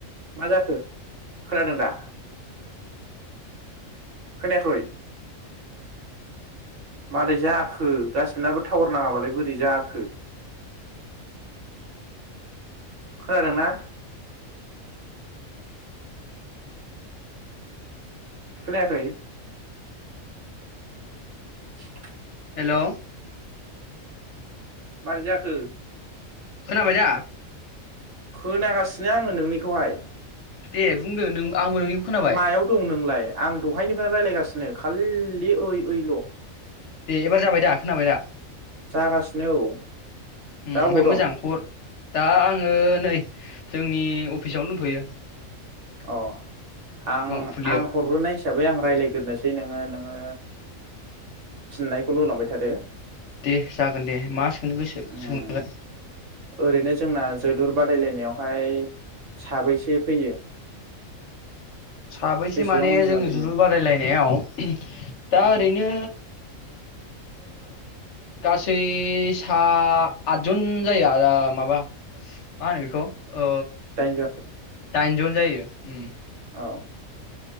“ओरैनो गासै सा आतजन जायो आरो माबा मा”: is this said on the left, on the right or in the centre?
Left